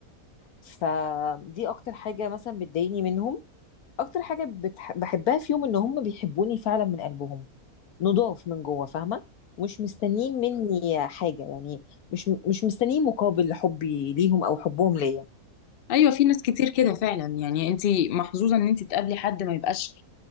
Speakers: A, on the left (about 80°); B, on the left (about 60°).
A: فدي اكتر حاجه مثلا بتضايقني منهم اكتر حاجه بتح... بحبها فيهم ان هم بيحبوني فعلا من قلبهم نضاف من جوه فاهمه ومش مستنيين مني حاجه يعني مش مش مستنيين مقابل حبي ليهم او حبهم ليا
B: ايوه في ناس كتير كده فعلا يعني انت محظوظه ان انت تقابلي حد ما يبقاش